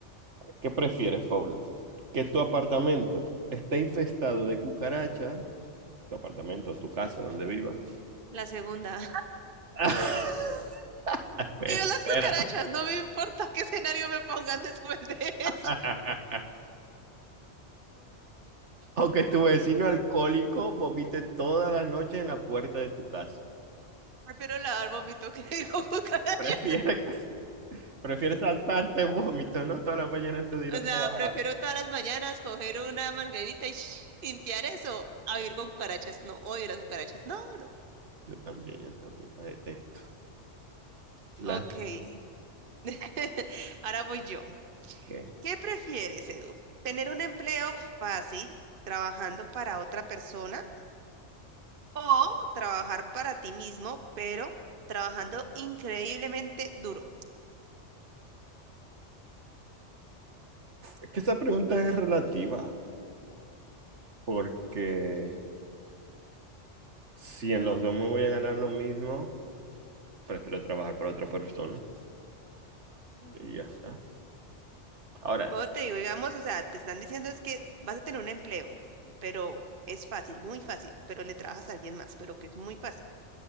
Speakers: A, on the right; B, on the right.
A: ¿Qué prefieres, Paula? ¿Que tu apartamento esté infestado de cucarachas? Tu apartamento, tu casa, donde vivas.
B: La segunda.
A: <laughs> Espera,
B: Yo las
A: espera.
B: cucarachas, no me importa qué escenario me pongan después de eso.
A: <laughs> O que tu vecino alcohólico vomite todas las noches en la puerta de tu casa.
B: Prefiero lavar vómito que <laughs> digo cucarachas.
A: Prefieres, <laughs> prefieres saltarte el vómito, ¿no? Toda la mañana antes de ir
B: O
A: a trabajar.
B: sea, prefiero todas las mañanas coger una manguerita y sh- limpiar eso a vivir con cucarachas. No, odio las cucarachas. No, no.
A: Yo también, yo también, la detesto. La
B: Ok. <laughs> Ahora voy yo.
A: que
B: ¿Qué prefieres, Edu? ¿Tener un empleo fácil trabajando para otra persona o trabajar para ti mismo, pero trabajando increíblemente duro?
A: Es que esa pregunta es relativa, porque si en los dos me voy a ganar lo mismo, prefiero trabajar para otra persona y ya está. Ahora,
B: Pero
A: es-
B: te digo, digamos, o sea, te están diciendo es que vas a tener un empleo, pero es fácil, muy fácil, pero le trabajas a alguien más, pero que es muy fácil.